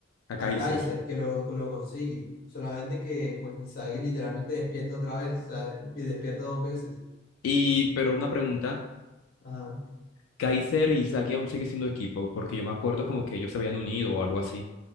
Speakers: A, on the left; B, on the left.
A: a
B: a
A: Kaiser.
B: Kaiser, que lo, lo consigue. Solamente que pues Izagi literalmente despierta otra vez, o sea, y despierta dos veces.
A: Y, pero una pregunta,
B: Ajá.
A: Kaiser y Izagi aún sigue siendo equipo, porque yo me acuerdo como que ellos se habían unido o algo así.